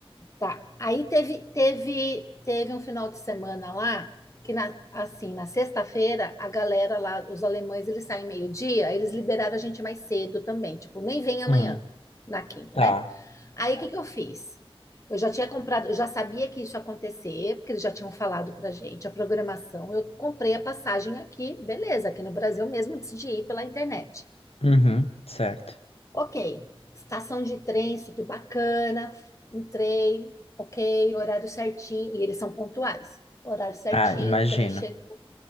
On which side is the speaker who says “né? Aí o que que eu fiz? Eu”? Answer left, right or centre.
Left